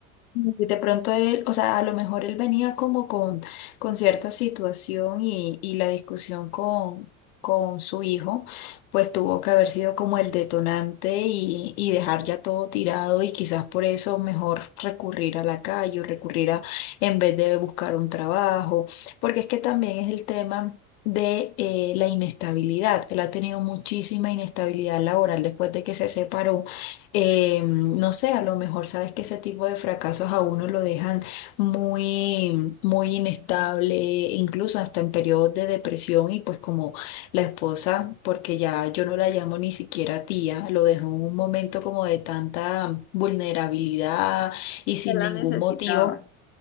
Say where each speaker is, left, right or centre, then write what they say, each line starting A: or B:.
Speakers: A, on the left; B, on the left.
A: De pronto él, o sea, a lo mejor él venía como con, con cierta situación y, y la discusión con, con su hijo, pues tuvo que haber sido como el detonante y, y dejar ya todo tirado y quizás por eso mejor recurrir a la calle o recurrir a, en vez de buscar un trabajo, porque es que también es el tema. de eh, la inestabilidad. Él ha tenido muchísima inestabilidad laboral después de que se separó eh, no sé, a lo mejor sabes que ese tipo de fracasos a uno lo dejan muy, muy inestable, incluso hasta en periodos de depresión y pues como la esposa, porque ya yo no la llamo ni siquiera tía, lo dejó en un momento como de tanta vulnerabilidad y sin
B: Se la
A: ningún
B: necesitaba.
A: motivo.